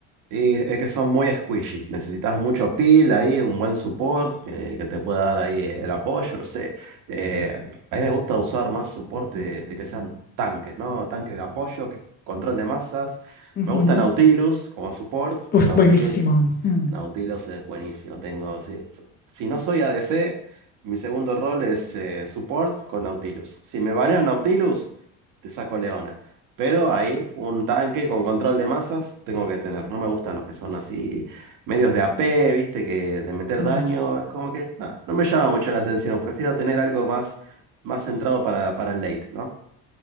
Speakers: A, on the right; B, on the left.
A: Y es que son muy squishy. Necesitas mucho peel ahí, un buen support que, que te pueda dar ahí el apoyo, no sé. Eh, a mí me gusta usar más support de, de que sean tanques, ¿no? Tanques de apoyo, que- control de masas.
B: Ujú.
A: Me gusta Nautilus como support.
B: Uf,
A: Nautilus
B: buenísimo. Mm,
A: Nautilus es buenísimo. Tengo, sí. Si no soy ADC, mi segundo rol es eh, support con Nautilus. Si me banean Nautilus, te saco Leona. Pero ahí un tanque con control de masas tengo que tener. No me gustan los que son así medios de AP, viste, que de meter
B: mm.
A: daño. Es como que no, no me llama mucho la atención. Prefiero tener algo más, más centrado para, para el late, ¿no?